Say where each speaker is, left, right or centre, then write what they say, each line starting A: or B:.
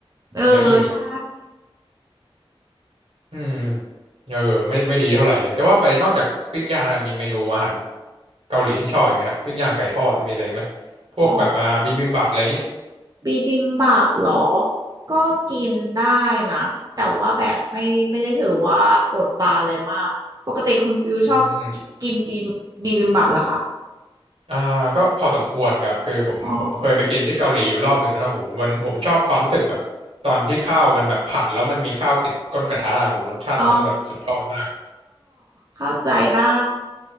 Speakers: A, on the right; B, on the right.
A: เออใช่
B: ถึงจะอิ่ม อืมเออไม่ไม่ดีเท่าไหร่เลยแต่ว่าไปนอกจากปิ้งย่างนะมีเมนูอาหารเกาหลีที่ชอบอีกไหมฮะปิ้งย่างไก่ทอดมีอะไรอีกไหมพวกแบบอ่าบิบิมบับอะไรอย่างงี้
A: อ๋อบีบิมบับเหรอก็กินได้นะแต่ว่าแบบไม่ไม่ได้ถือว่าปวดปานเลยมากปกติคุณฟิวชอบกิกินบี
B: อืม
A: บีบิมบับเหรอคะ
B: อ่าก็พอสมควรครับคือผมผมเคยไปกินที่เกาหลีอยู่รอบหนึ่งแล้วโหมันผมชอบความรู้สึกแบบตอนที่ข้าวมันแบบผัดแล้วมันมีข้าวติดก้นกระทะโหรสชาติตรงนั้นแบบสุดยอดมาก
A: อ๋ออ๋อเข้าใจได้